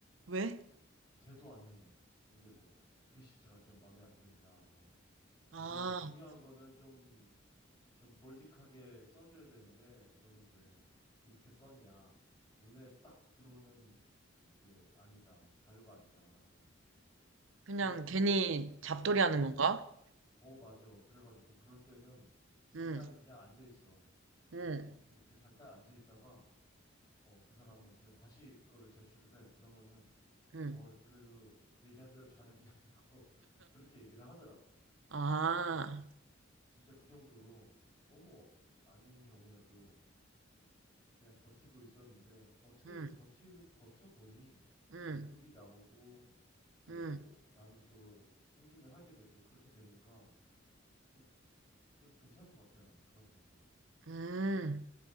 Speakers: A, on the right; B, on the left.
A: 왜?
B: 되도 않는 걸로. 이제 뭐 글씨체가 좀 마음에 안 든다. 뭐
A: 아,
B: 이거는 중요한 거는 좀 좀 볼디하게 써줘야 되는데 이거는 왜 이렇게 썼냐? 눈에 딱 들어오는 이게 아니다. 자료가 아니다라고.
A: 그냥
B: 그런
A: 괜히 잡돌이
B: 음.
A: 하는 건가?
B: 어, 맞아. 그래가지고 그럴 때는 잠깐
A: 응,
B: 그냥 앉아 있어.
A: 응,
B: 그렇게 잠깐 앉아 있다가 어, 그 사람한테 다시 그거를 제출을 해. 그러면은
A: 응.
B: 어, 그래도 얘기한 대로 잘했네라고 <laughs> 그렇게 얘기를 하더라고.
A: 아,
B: 아, 진짜 진짜 그 정도로 너무 아닌 경우에도 그냥 버티고 있었는데 어떻게든
A: 응,
B: 버티 버텨보니
A: 응,
B: 월급이 나오고 뭐
A: 응,
B: 나는 또 승진을 하게 되고 그렇게 되니까 또 또 괜찮은 것 같아 나는 그런 게 또
A: 응.